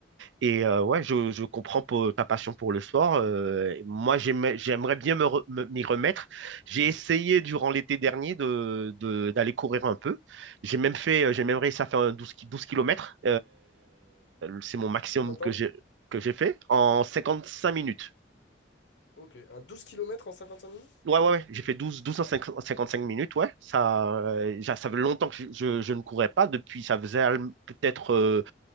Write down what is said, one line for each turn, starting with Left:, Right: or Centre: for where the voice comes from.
Right: Et euh, ouais, je, je comprends pour- ta passion pour le sport. Euh, moi, j'aimais- j'aimerais bien me re- me- m'y remettre. J'ai essayé durant l'été dernier de, de- d'aller courir un peu. J'ai même fait, euh, j'ai même réussi à faire un 12, ki- 12 km. c'est mon maximum
Left: Combien de
Right: que
Left: temps?
Right: j'ai, que j'ai fait en 55 minutes.
Left: Ok. Un 12 kilomètres en 55 minutes?
Right: Ouais, ouais, ouais. J'ai fait douze douze à 55 minutes, ouais. Ça, euh, j'a- ça fait longtemps que je, je- je ne courais pas. Depuis, ça faisait al- peut-être, euh,